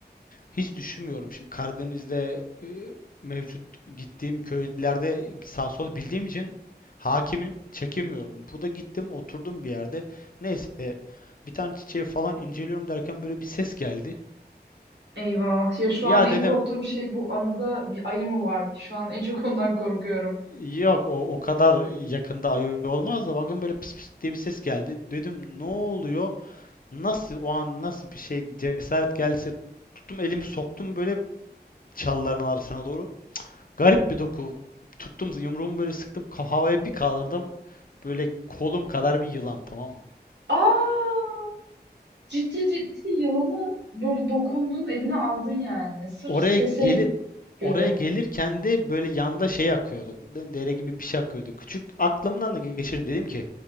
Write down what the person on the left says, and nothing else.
Hiç düşünmüyorum şimdi Karadeniz'de e, mevcut gittiğim köylerde sağ sol bildiğim için hakimim, çekinmiyorum. Burada gittim, oturdum bir yerde. Neyse bir tane çiçeği falan inceliyorum derken böyle bir ses geldi.
Ya
dedim
yok o o kadar yakında ayı olmaz da bakın böyle pıs pıs diye bir ses geldi. Dedim ne oluyor? Nasıl o an nasıl bir şey cesaret gelse tuttum elimi soktum böyle çalıların arasına doğru. Garip bir doku. Tuttum yumruğumu böyle sıktım kafaya bir kaldırdım. Böyle kolum kadar bir yılan tamam mı?
Oraya
geli
oraya gelirken de böyle yanda şey akıyordu. Dere gibi bir şey akıyordu. Küçük aklımdan da geçirin dedim ki